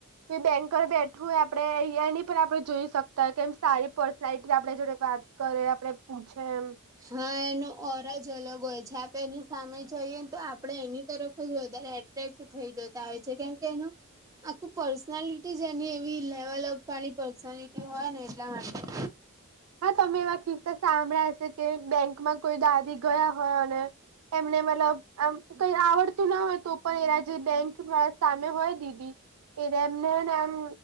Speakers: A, on the right (about 80°); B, on the right (about 15°).
A: કોઈ બેંક બેઠું આપ આપણે અંયાની પણ આપણે જોઈ શકતા હોય કેમ સારી પર્સનાલિટી આપણે જોડે વાત કરે આપડે પૂછે એમ
B: હા એનું ઓરા જ અલગ હોય છે આપે એની સામે જઈએ ને તો આપડે એની તરફ જ વધારે ક થઈ જેતા હોય છે કેમ કે એનું આખું પર્સનાલિટી જ એની એવી લેવલપ વાળી પર્સનાલિટી હોય ને એટલા માટે
A: હા તમે એવા કિસ્સા સાંભળ્યા છે કે બેંકમાં કોઈ દાદી ગયા હોય અને એમને મતલબ આમ કઈ આવડતું ના હોય તો પણ એના જે બેંક વા સામે હોય દીદી એટ એમનેને આમ